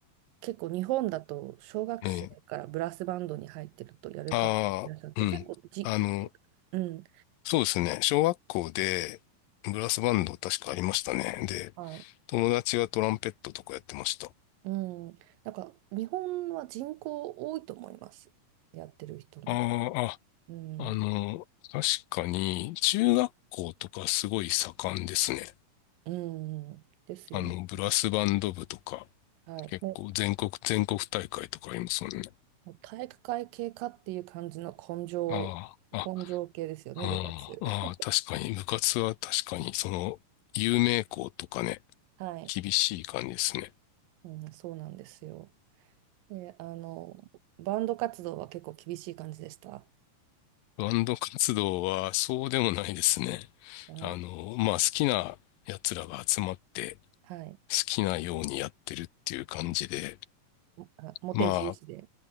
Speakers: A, on the right; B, on the left.
A: 結構日本だと小学生からブラスバンドに入ってるとやる方いらっしゃって結構じ、
B: ええ。ああ、うん。あの、
A: うん、
B: そうですね。小学校でブラスバンド確かありましたね。で、
A: はい、
B: 友達がトランペットとかやってました。あ
A: うん、なんか日本は人口多いと思います、やってる人の。
B: あ、あ、
A: うん、
B: あの、確かに、中学校とかすごい盛んですね。
A: うん、うんですよね。
B: あの、ブラスバンド部とか、
A: はい、
B: 結構全国、
A: も
B: 全国大会とかありますもんね。
A: うもう体育会系かっていう感じの根性、
B: ああ、
A: 根性系ですよね、
B: あ、
A: 部活。
B: うん、
A: <laughs>
B: ああ、確かに、部活は確かに、その、有名校とかね、
A: はい、
B: 厳しい感じですね。
A: うん、そうなんですよ。で、あの、バンド活動は結構厳しい感じでした。
B: バンド活動はそうでもないですね。
A: あの、
B: あの、まあ、好きな奴らが集まって、
A: はい、
B: 好きなようにやってるっていう感じで、
A: あ、モテ重視で。
B: まあ、